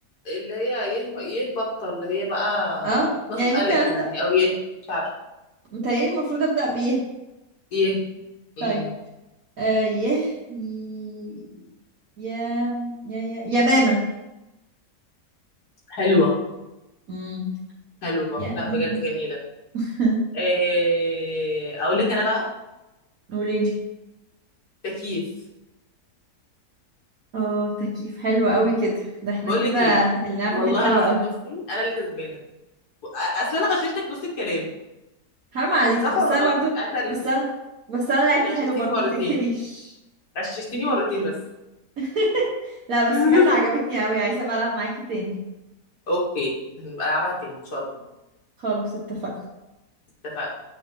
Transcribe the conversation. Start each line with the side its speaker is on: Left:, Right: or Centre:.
Left: اللي هي يه يه بطة اللي هي بقى
Right: اه
Left: بتنطق
Right: يعني ممكن
Left: ألف
Right: ابدا
Left: يعني أو يه مش عارفة
Right: متهيألي المفروض ابدا بيه
Left: يه امم
Right: طيب آه يه ي- يا يا يا يا ماما
Left: حلوة
Right: امم
Left: حلوة
Right: يا ماما
Left: لا بجد جميلة
Right: <laughs>
Left: إيه اقول لك انا بقى
Right: قوليلي
Left: تكييف
Right: اه تكييف حلو قوي كده ده احنا
Left: بقول
Right: كده
Left: لك ايه
Right: اللعبة
Left: والله
Right: كانت حلوة
Left: العظيم
Right: قوي
Left: بصي انا اللي كسبانة اصل انا غششتك نص الكلام
Right: حرام عليكي
Left: صح
Right: بس
Left: ولا
Right: انا
Left: غلط
Right: برضو
Left: اعترفي
Right: بس انا بس انا لعبت
Left: انت
Right: حلو
Left: غششتيني
Right: برضو
Left: مرتين
Right: ما تنكريش
Left: غششتيني
Right: ما تنك...
Left: مرتين بس
Right: <laughs> لا
Left: <laughs>
Right: بس بجد عجبتني قوي عايزه بقى العب معاكي تاني
Left: اوكي هنبقى نلعبها تاني ان شاء الله
Right: خلاص اتفقنا
Left: اتفقنا